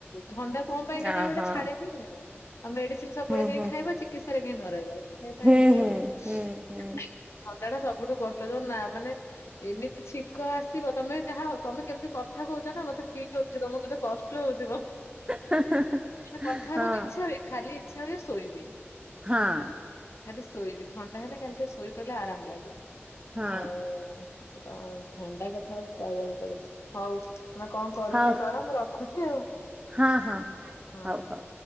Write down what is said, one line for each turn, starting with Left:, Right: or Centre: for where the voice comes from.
Left: ଥଣ୍ଡା କଣ ପାଇଁ କେଜାଣି
Right: ଓହୋ
Left: ଗୋଟେ ଛାଡେନି ଆଉ। ଆଉ ମେଡିସିନ ସବୁବେଳେ
Right: ହୁଁ
Left: କାଇଁ
Right: ହୁଁ
Left: ଖାଇବା ଚିକିତ୍ସାରେ କାଇଁ ନ ରହିବା ସେଇ ପାଇଁ
Right: ହୁଁ
Left: ଟିକେ
Right: ହୁଁ
Left: ଆଉ।
Right: ହୁଁ
Left: ଥଣ୍ଡା ଟା ସବୁଠୁ କଷ୍ଟ, ଯୋଉ ନା ମାନେ ଏମିତି ଛିଙ୍କ ଆସିବ ତମେ ଯାହା ତମେ କେମିତି କଥା କହୁଛ ନା ମତେ ଫିଲ୍ ହଉଛି ତମକୁ କେତେ କଷ୍ଟ ହଉଥିବ।
Right: ହୁଁ।
Left: ମାନେ କଥା
Right: ହଁ
Left: ହବାକୁ ଇଚ୍ଛା ହୁଏ, ଖାଲି ଇଚ୍ଛା ହୁଏ ଶୋଇବି।
Right: ହଁ
Left: ଖାଲି ଶୋଇବି। ଥଣ୍ଡା ହେଲେ ଖାଲି ଟିକେ ଶୋଇ ପଇଲେ ଆରାମ ଲାଗିବ।
Right: ହଁ
Left: ଆଉ ତ ଥଣ୍ଡା କଥା ଆଉ କହିବାକୁ ପଡିଛି। ହଉ ତୁମେ କଣ କରୁଛ?
Right: ହଉ
Left: ହଁ ମୁଁ ରଖୁଛି ଆଉ।
Right: ହଁ ହଁ,
Left: ହଁ।
Right: ହଉ ହଉ।